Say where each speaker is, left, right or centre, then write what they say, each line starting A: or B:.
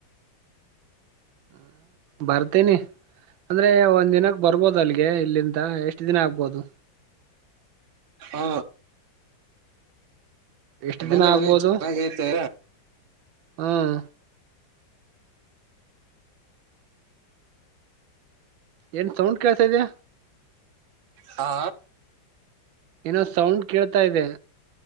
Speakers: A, on the right; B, on the right.
A: ಹ ಬರ್ತೇನಿ ಅಂದ್ರೆ ಒಂದ್ ದಿನಕ್ ಬರ್ಬೋದ ಅಲ್ಗೆ ಇಲ್ಲಿ ಅ ಎಷ್ಟ ದಿನ ಆಗ್ಬೋದು
B: ಹಾ
A: ಎಷ್ಟ್
B: ಬನ್ನಿ
A: ದಿನ
B: ಬನ್ನಿ
A: ಆಗ್ಬೋದು
B: ಚೆನ್ನಾಗ ಚೆನ್ನಾಗಿರುತ್ತೆ
A: ಹ್ಮ್ ಏನ್ ಸೌಂಡ್ ಕೇಳ್ತ ಇದ್ಯಾ
B: ಹಾ
A: ಏನೋ ಸೌಂಡ್ ಕೇಳ್ತಾ ಇದೆ